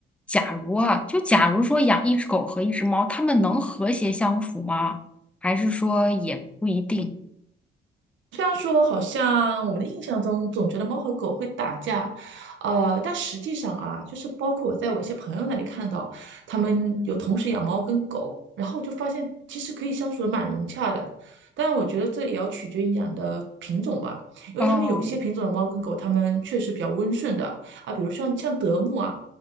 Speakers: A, in the centre; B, on the right.
A: 假如啊，就假如说养一只狗和一只猫，它们能和谐相处吗？还是说也不一定？
B: 虽然说好像我们的印象中总觉得猫和狗会打架，呃，但实际上啊，就是包括我在我一些朋友那里看到，他们有同时养猫跟狗，然后我就发现其实可以相处的蛮融洽的。当然，我觉得这也要取决于你养的品种吧，因为他们有一些品种的猫跟狗，
A: 哦
B: 它们确实比较温顺的啊，比如像像德牧啊，